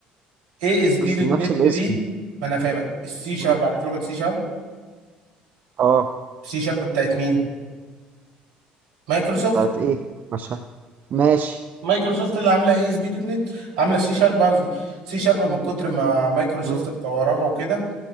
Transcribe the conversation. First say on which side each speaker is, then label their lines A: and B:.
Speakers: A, on the right; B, on the right.
A: اي اس بي
B: اصل
A: دوت
B: نفس
A: نت
B: الاسم
A: دي ما انا فاهمك السي شارب
B: مم.
A: عارف لغه سي شارب
B: اه
A: سي شارب بتاعت مين مايكروسوفت
B: بتاعت ايه مش فاهم. ماشي
A: مايكروسوفت اللي عامله اي اس بي دوت نت عامله سي شارب قصدي سي شارب من كتر ما مايكروسوفت
B: مم.
A: مطوراها وكده